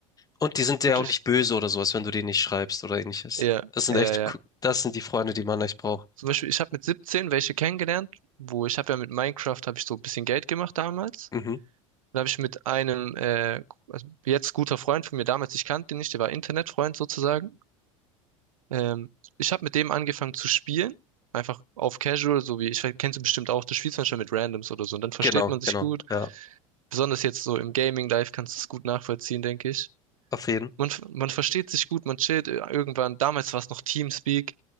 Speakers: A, on the left; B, on the right.
A: Und die sind dir
B: Wirklich.
A: auch nicht böse oder sowas, wenn du denen nicht schreibst oder ähnliches.
B: Ja,
A: Das sind
B: ja,
A: echt,
B: ja.
A: co- das sind die Freunde, die man echt braucht.
B: Zum Beispiel, ich habe mit 17 welche kennengelernt, wo ich habe ja mit Minecraft, habe ich so ein bisschen Geld gemacht damals.
A: Mhm.
B: Dann habe ich mit einem, äh, also jetzt guter Freund von mir damals, ich kannte ihn nicht, der war Internetfreund sozusagen. Ähm, ich habe mit dem angefangen zu spielen. Einfach auf Casual, so wie ich kennst du bestimmt auch, du spielst manchmal mit Randoms oder so und dann versteht
A: Genau,
B: man
A: genau,
B: sich gut.
A: ja.
B: Besonders jetzt so im Gaming-Life kannst du es gut nachvollziehen, denke ich.
A: Auf jeden.
B: Man, f- man versteht sich gut, man chillt äh, irgendwann. Damals war es noch TeamSpeak.